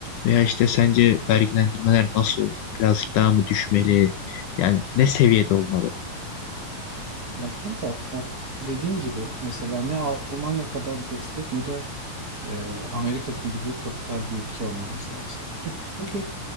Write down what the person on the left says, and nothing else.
Veya işte sence vergilendirmeler nasıl olmalı? Birazcık daha mı düşmeli? Yani ne seviyede olmalı?